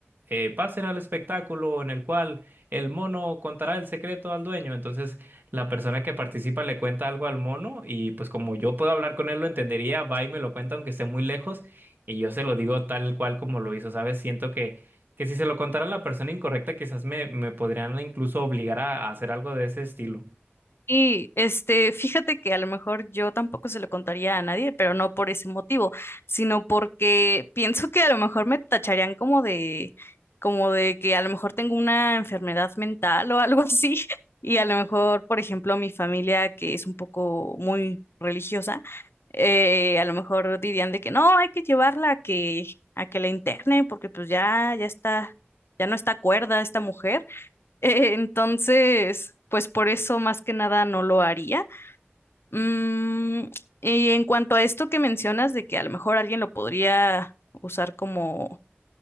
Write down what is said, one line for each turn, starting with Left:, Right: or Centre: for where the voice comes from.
Right: eh, pasen al espectáculo en el cual el mono contará el secreto al dueño. Entonces, la persona que participa le cuenta algo al mono y pues como yo puedo hablar con él, lo entendería, va y me lo cuenta aunque esté muy lejos y yo se lo digo tal cual como lo hizo, ¿sabes? Siento que que si se lo contara a la persona incorrecta, quizás me, me podrían incluso obligar a, a hacer algo de ese estilo.
Left: Y este, fíjate que a lo mejor yo tampoco se lo contaría a nadie, pero no por ese motivo, sino porque pienso que a lo mejor me tacharían como de, como de que a lo mejor tengo una enfermedad mental o algo así. <laughs> Y a lo mejor, por ejemplo, mi familia, que es un poco muy religiosa, eh, a lo mejor dirían de que no, hay que llevarla a que, a que la interne, porque pues ya, ya está, ya no está cuerda esta mujer. Eh, Entonces, pues por eso más que nada no lo haría. Mm, y en cuanto a esto que mencionas de que a lo mejor alguien lo podría usar como,